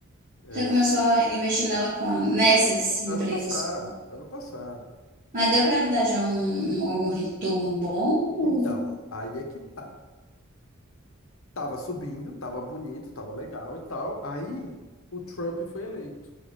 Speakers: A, on the left (about 80°); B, on the right (about 40°).
A: É,
B: Você começou
A: s-
B: a investir nela com nessas empresas.
A: ano passado, ano passado.
B: Mas deu para dar já um, um- algum retorno bom? Ou-
A: Então, aí é que tá. Tava subindo, tava bonito, tava legal e tal. Aí o Trump foi eleito.